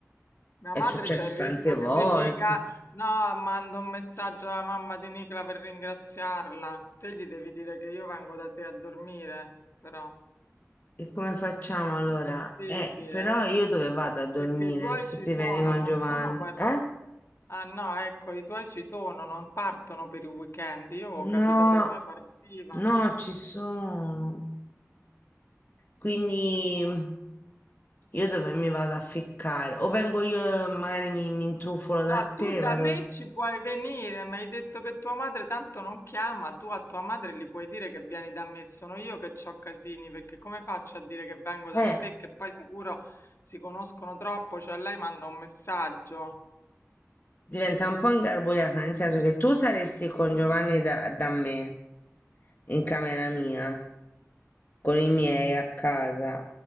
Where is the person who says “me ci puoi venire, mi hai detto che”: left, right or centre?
Left